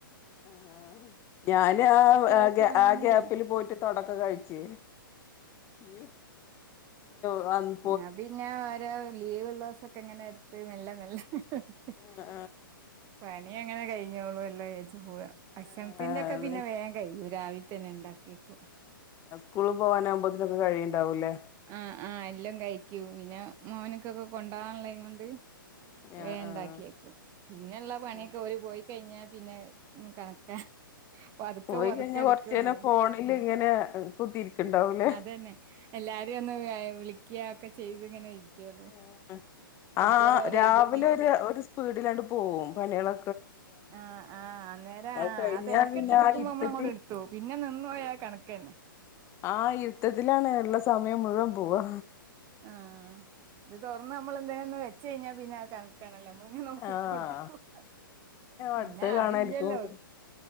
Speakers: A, on the left; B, on the right.
A: ആഹ് ഞാന് ആ
B: ദിവസം അങ്ങനെ
A: ആഹ് ഗ്യാപ്പില്
B: ചെയ്യും
A: പോയിട്ട് തുടക്ക കഴിച്ച്, യ്യോ <inaudible>
B: ആ പിന്നെ ഓരോ ലീവ്ള്ളൊസൊക്കങ്ങനെ എടുത്ത് മെല്ലെ മെല്ലെ <inaudible>
A: ആഹ്
B: പണിയ അങ്ങനെ കഴിഞ്ഞോളും ല്ലേ ചോറ് ഭക്ഷണത്തിന്റെ
A: ആഹ് ആഹ്
B: ഒക്കെ
A: അതെ
B: പിന്നെ വേഗം കഴിയും, രാവിലത്തന്നെ അങ്ങ് ഇണ്ടാക്കിയക്കും.
A: സ്കൂളിൽ പോകാനാകുമ്പോതിനൊക്കെ കഴിയിണ്ടാവില്ലേ
B: ആഹ് ആഹ്, എല്ലം കഴിക്കും. പിന്നെ മോന്ക്കൊക്കെ കൊണ്ടവാന്ള്ളത് കൊണ്ട് വേഗം
A: ആഹ്
B: ഇണ്ടാക്കിയേക്കും.
A: ആഹ്
B: പിന്നല്ല പണിയൊക്കെ
A: ആഹ്
B: ഒരു പോയി കഴിഞ്ഞ പിന്നെ ഹ്മ്മ് കണക്കാ പതുക്കെ
A: പോയി
B: പതുക്കെ
A: കഴിഞ്ഞാ
B: എടുക്കൊള്ളു,
A: കൊറച്ചേരം ഫോണില് ഇങ്ങനെ കുത്തിരിക്ക്ണ്ടാവൂലേ
B: അതന്നെ എല്ലാരും ഏഹ് വിളിക്യാ ഒക്കെ ചെയ്ത് ഇങ്ങനെ ഇരിക്കുകയുള്ളൂ
A: ആഹ്,
B: കുറച്ചു
A: ആഹ്
B: നേരം ഓരോ
A: രാവിലെ
B: ഇരിക്കും
A: ഒര് ഒരു സ്പീഡിലാണ്ട് പോകും പണിയളൊ
B: ആഹ് ആഹ് അന്നേര
A: അത്
B: ആഹ്
A: കഴിഞ്ഞാ
B: ആ തെരക്ക്‌ട്ട്
A: പിന്നെ
B: എടുക്കുമ്പോ
A: ആ ഇരുട്ടത്തിൽ
B: നമ്മളങ്ങട്ടെടുതോവും പിന്നെ നിന്ന് ന്നൊയാ കണക്കന്നെ
A: ആഹ് യുദ്ധത്തിലാണ് ഇള്ള സമയം മുഴുവൻ പോവാ
B: ആഹ്, ഇത് തുറന്ന് നമ്മളെന്തേലൊന്ന് വെച്ചഴിഞ്ഞാൽ പിന്നെ അത് കണക്കണല്ലോ നമ്മളങ്ങനെ നോക്കിക്കൊണ്ടിരിക്കും.
A: ആഹ്
B: പിന്നെ
A: അടുത്ത
B: ആരുല്ലല്ലോ
A: കാണായിരിക്കും